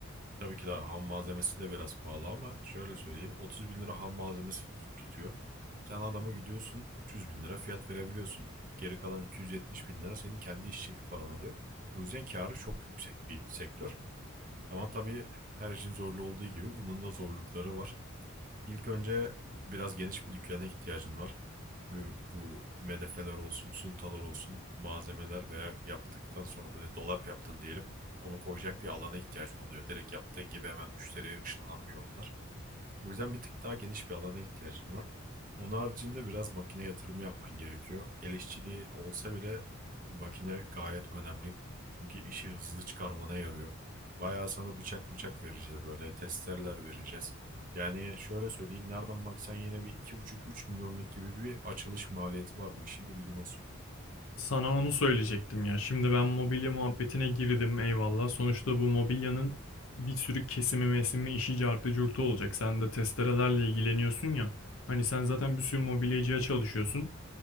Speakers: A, on the right (about 40°); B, on the left (about 75°).
A: Tabii ki de ham malzemesi de biraz pahalı ama şöyle söyleyeyim. 30 bin lira ham malzemesi tut- tutuyor. Sen adama gidiyorsun 300 bin lira fiyat verebiliyorsun. Geri kalan 270 bin lira senin kendi işçilik paran alıyor. O yüzden karı çok yüksek bir sektör. Ama tabii her işin zorlu olduğu gibi bunun da zorlukları var. İlk önce biraz geniş bir dükkana ihtiyacın var. Çünkü bu medefeler olsun, suntalar olsun, malzemeler veya yaptıktan sonra böyle dolap yaptın diyelim. Onu koyacak bir alana ihtiyacın oluyor. Direkt yaptığın gibi hemen müşteriye ışınlanmıyor onlar. O yüzden bir tık daha geniş bir alana ihtiyacım var. Onun haricinde biraz makine yatırımı yapman gerekiyor. El işçiliği olsa bile makine gayet önemli. Çünkü işi hızlı çıkarmana yarıyor. Bayağı sana bıçak bıçak vereceğiz böyle testereler vereceğiz. Yani şöyle söyleyeyim nereden baksan yine bir iki buçuk üç milyonluk gibi bir açılış maliyeti var bu işin bilgin olsun.
B: Sana onu söyleyecektim ya. Şimdi ben mobilya muhabbetine girdim eyvallah. Sonuçta bu mobilyanın bir sürü kesimi mesimi işi cartı curtu olacak. Sen de testerelerle ilgileniyorsun ya. Hani sen zaten bir sürü mobilyacıya çalışıyorsun.